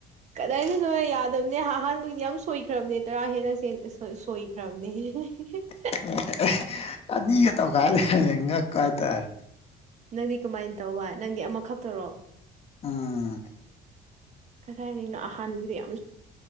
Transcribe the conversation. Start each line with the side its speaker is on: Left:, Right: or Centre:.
Right: ꯀꯗꯥꯏꯗꯅꯣꯍꯦ ꯌꯥꯗꯝꯅꯦ ꯑꯍꯥꯟꯕꯒꯤ ꯌꯥꯝ ꯁꯣꯏꯈ꯭ꯔꯝꯅꯦ ꯇꯔꯥ ꯍꯦꯟꯅ ꯁꯦꯡ ꯑ ꯁꯣꯢ ꯁꯣꯏꯈ꯭ꯔꯝꯅꯦ <unintelligible>
Left: <unintelligible> ꯑꯅꯤꯒ ꯇꯧꯒꯥꯏ ꯂꯩꯔꯝꯃꯦ ꯉꯛꯄ ꯍꯥꯏꯇꯔꯦ
Right: ꯅꯪꯗꯤ ꯀꯃꯥꯏꯅ ꯇꯧꯕ ꯅꯪꯗꯤ ꯑꯃꯈꯛꯇꯔꯣ
Left: ꯎꯝ
Right: ꯀꯗꯥꯏꯗꯩꯅꯣ ꯑꯍꯥꯟꯕꯗꯤ ꯌꯥꯝ